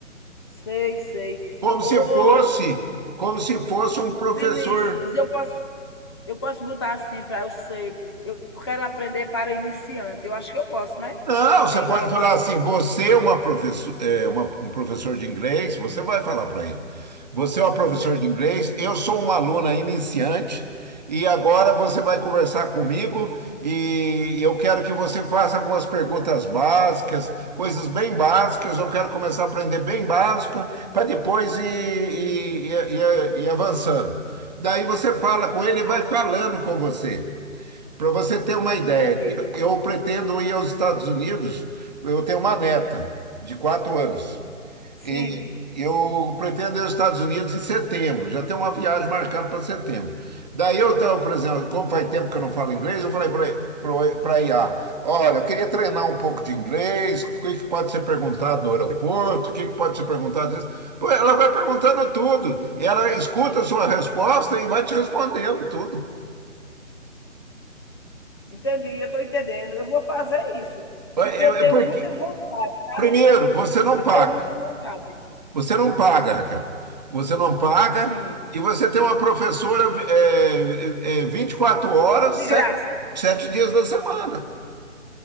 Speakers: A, on the left; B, on the right.
A: sei, sei.
B: Como
A: Ô,
B: se fosse, como se fosse um professor.
A: Vinícius, eu posso, eu posso botar assim para eu ser. Eu quero aprender para iniciante. Eu acho que eu posso, né?
B: Não,
A: Que tem
B: você pode
A: lá. o-
B: falar assim, você é uma professor, é, uma- um professor de inglês, você vai falar para ele. Você é um professor
A: Certo.
B: de inglês, eu sou uma aluna iniciante e agora você vai conversar comigo e eu quero que você faça algumas perguntas básicas, coisas bem básicas, eu quero começar a aprender bem básico para depois ir, ir, ir- ir- ir avançando. Daí você fala com ele e vai
A: Ah,
B: falando com você. Para você ter uma ideia,
A: entendi.
B: eu eu pretendo ir aos Estados Unidos. Eu tenho uma neta de quatro anos e
A: Sim,
B: eu pretendo ir aos Estados Unidos em setembro. Já tem uma viagem marcada para setembro. Daí eu estava, por exemplo, como faz tempo que eu não falo inglês, eu falei para a IA: Olha, eu queria treinar um pouco de inglês, o que que pode ser perguntado no aeroporto, o que que pode ser perguntado. disso?" Pô, ela vai perguntando tudo
A: sim.
B: e ela escuta a sua resposta e vai te respondendo tudo.
A: Entendi, eu estou entendendo. Eu vou fazer isso, porque
B: É,
A: eu
B: é
A: tenho
B: é porque
A: muita vontade, sabe?
B: Primeiro, você não
A: Eu
B: paga.
A: tenho muita vontade.
B: Você não paga, Raquel. Você não paga
A: Sim.
B: e você tem uma professora é, é, 24 horas,
A: De
B: sete
A: graça.
B: sete dias da semana.